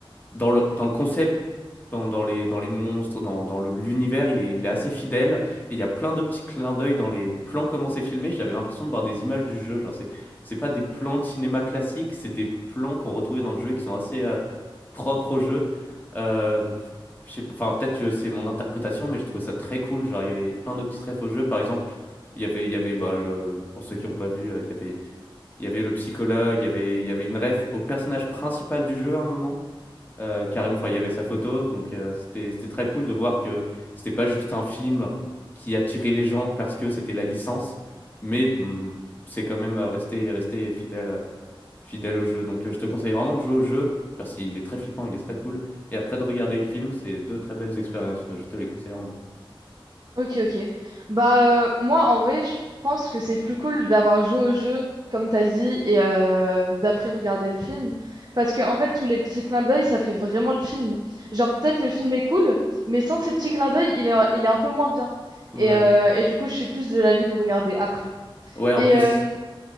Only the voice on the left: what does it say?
dans le, dans le concept, dans, dans les, dans les monstres, dans, dans le- l'univers, il est, il est assez fidèle. Et il y a plein de petits clins d'œil dans les plans, comment c'est filmé. J'avais l'impression de voir des images du jeu. Genre, c'est, c'est pas des plans de cinéma classiques, c'est des plans qu'on retrouvait dans le jeu et qui sont assez euh, propres au jeu. Euh, donc, je sais pas- enfin, peut-être que c'est mon interprétation, mais je trouvais ça très cool. Genre, il y avait plein de petits trèfles au jeu. Par exemple, il y avait, il y avait bah, le- pour ceux qui n'ont pas vu, euh, il y avait, il y avait le psychologue, il y avait, il y avait une ref au personnage principal du jeu à un moment. Euh, carrément, enfin, il y avait sa photo, donc euh, c'était c'était très cool de voir que c'était pas juste un film qui attirait les gens parce que c'était la licence, mais hum, c'est quand même euh, resté resté fidèle euh, fidèle au jeu. Donc euh, je te conseille vraiment de jouer au jeu parce qu'il est très flippant, il est très cool. Et après de regarder le film, c'est deux très belles expériences. euh, Je te les conseille vraiment.
Ouais,
ouais. En
plus.